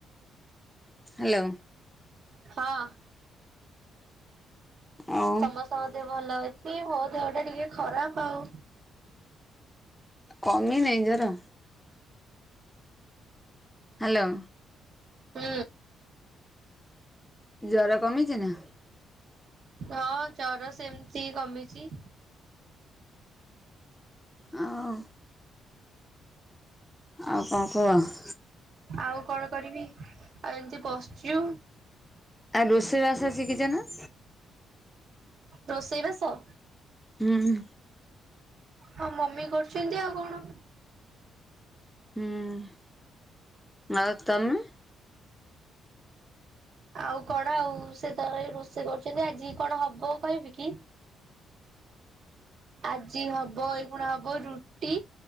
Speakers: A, in the centre; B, on the right (about 60°).
A: ହାଲୋ।
B: ହଁ।
A: ଆଉ
B: ସମସ୍ତଙ୍କ ଦେହ ଭଲ ଅଛି ମୋ ଦେହଟା ଟିକେ ଖରାପ୍ ଆଉ।
A: କମିନେଇ ଜର? ହାଲୋ।
B: ହୁଁ।
A: ଜର କମିଚି ନା?
B: ହଁ ଜର ସେମିତି କମିଚି।
A: ଆଉ ଆଉ କଣ କୁହ?
B: ଆଉ କଣ କରିବି ଆଉ ଏମିତି ବସିଚୁ।
A: ଆଉ ରୋଷେଇ ବାସ ଶିକିଚ ନା?
B: ରୋଷେଇବାସ?
A: ହୁଁ।
B: ହଁ ମମି କରୁଚନ୍ତି ଆଉ କଣ।
A: ହୁଁ ଆଉ ତମେ?
B: ଆଉ କଣ ଆଉ ସେ ତାର ଏଇ ରୋଷେଇ କରୁଚନ୍ତି ଆଜି କଣ ହବ କହିବି କି? ଆଜି ହବ ଏଇଖୁଣା ହବ ରୁଟି